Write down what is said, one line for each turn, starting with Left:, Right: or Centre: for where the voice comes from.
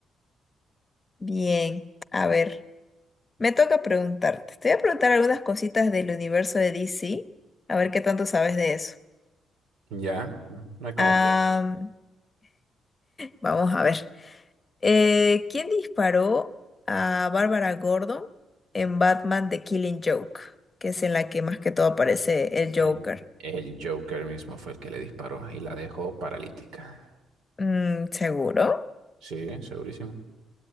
Left: Bien, a ver, me toca preguntarte. Te voy a preguntar algunas cositas del universo de DC, a ver qué tanto sabes de eso.
Right: Ya, no no hay como
Left: Am,
Right: pierde.
Left: vamos a ver. Eh, ¿quién disparó a Barbara Gordon en Batman The Killing Joke? Que es en la que más que todo aparece el
Right: El,
Left: Joker.
Right: el Joker mismo fue el que le disparó y la dejó paralítica.
Left: Mm, ¿seguro?
Right: Sí, segurísimo.